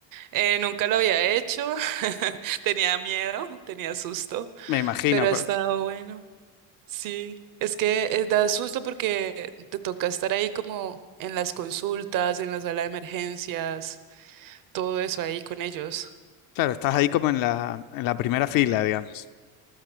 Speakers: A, on the right (about 55°); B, on the left (about 60°).
A: eh, nunca lo había hecho. <laughs> Tenía miedo, tenía susto,
B: me imagino.
A: pero ha
B: cu-
A: estado bueno. Sí, es que eh, da susto porque te toca estar ahí como en las consultas, en la sala de emergencias, todo eso ahí con ellos.
B: Claro, estás ahí como en la, en la primera fila, digamos.